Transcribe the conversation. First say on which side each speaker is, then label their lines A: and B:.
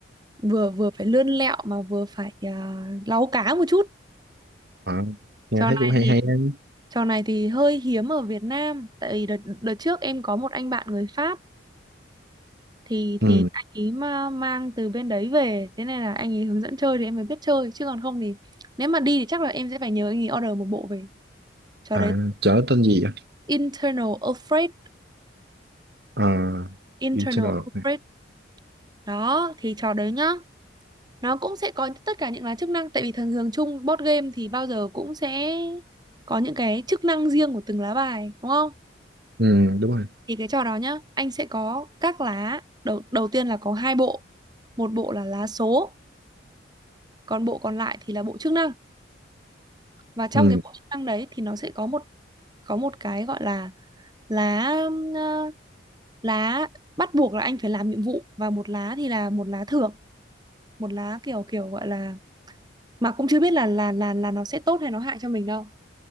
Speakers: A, on the right (about 20°); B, on the right (about 55°).
A: vừa vừa phải lươn lẹo mà vừa phải uh, láu cá một chút
B: Ờ, nghe
A: trò
B: thấy
A: này
B: cũng hay
A: thì
B: hay đấy
A: trò này thì hơi hiếm ở Việt Nam tại vì đợt, đợt trước em có một anh bạn người Pháp thì
B: ừ
A: thì anh ý mà mang từ bên đấy về thế nên là anh ý hướng dẫn chơi thì em mới biết chơi chứ còn không thì nếu mà đi thì chắc là em sẽ phải nhờ anh ý order một bộ về trò
B: à
A: đấy
B: chở tên gì vậy
A: internal upgrade
B: à
A: internal
B: internal
A: upgrade đó thì trò đấy nhá nó cũng sẽ có tất cả những là chức năng tại vì thường thường chung board game thì bao giờ cũng sẽ có những cái chức năng riêng của từng lá bài đúng không
B: ừ đúng rồi
A: thì cái trò đó nhá anh sẽ có các lá đầu đầu tiên là có hai bộ một bộ là lá số còn bộ còn lại thì là bộ chức năng và trong
B: ừ
A: cái bộ chức năng đấy thì nó sẽ có một có một cái gọi là lá ờ, lá bắt buộc là anh phải làm nhiệm vụ và một lá thì là một lá thưởng một lá kiểu kiểu gọi là mà cũng chưa biết là là là là nó sẽ tốt hay nó hại cho mình đâu